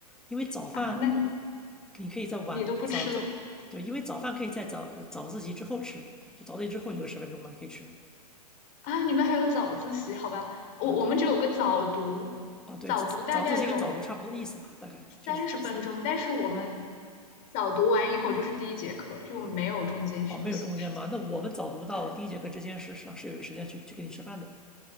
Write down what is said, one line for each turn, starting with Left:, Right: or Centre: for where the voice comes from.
Centre: 因为早饭
Left: 啊。那你
Centre: 你可以在晚早早，
Left: 你都不吃的吗
Centre: 对，因为早饭可以在早早自习之后吃，就早自习之后有个十分钟嘛，可以吃。
Left: 啊？你们还有早自习？好吧，我我们只有个早读，
Centre: 啊，对，啊对，
Left: 早读大概有
Centre: 早自习跟早读差不多意思吧，大概就是三
Left: 三十分钟，但是我们早读完以后就是第一节课，就没有中间休息的时间。
Centre: 哦，没有中间吗？那我们早读到第一节课之间是上是有一个时间去去给你吃饭的，
Left: 对，